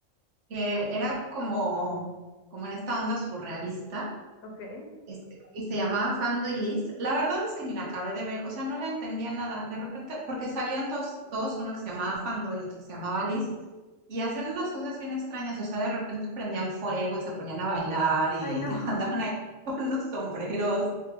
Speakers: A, on the right; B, on the left.
A: que era como, como en esta onda surrealista
B: Ok.
A: Este, y se llamaba Fando y Liz. La verdad es que ni la acabé de ver, o sea, no le entendía nada. De repente, porque salían dos, dos, uno que se llamaba Fando y otro que se llamaba Liz, y hacían unas cosas bien extrañas, o sea, de repente prendían fuego y se ponían a bailar y
B: Ay, no.
A: <laughs> andaban
B: <laughs>
A: ahí con los sombreros.